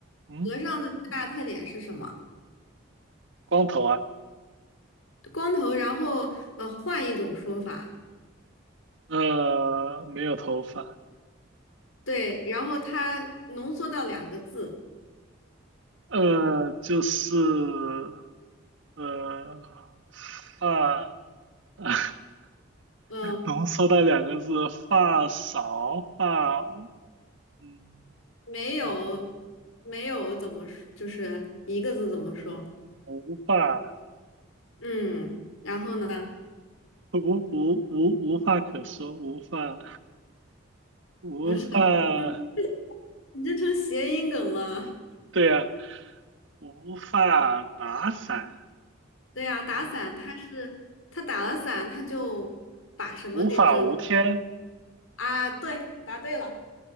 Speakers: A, on the right; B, on the left.
A: 嗯
B: 和尚的最大特点是什么？
A: 光头啊，
B: 光头，然后呃，换一种说法，
A: 呃没有头发，
B: 对，然后他浓缩到两个字，
A: 呃就是呃发。<laughs>
B: 嗯，
A: 浓缩的两个字，发少发嗯
B: 没有，
A: 嗯，
B: 没有怎么说，就是一个字怎么说？
A: 无发
B: 嗯，然后呢？
A: 无无无无话可说，无话无话，
B: 不是，嗯你这成谐音梗了。
A: 对呀、无法打伞，
B: 对呀、打伞，
A: 无
B: 他是他打了伞，他就把什么给遮住
A: 无法无天
B: 啊？对，答对了，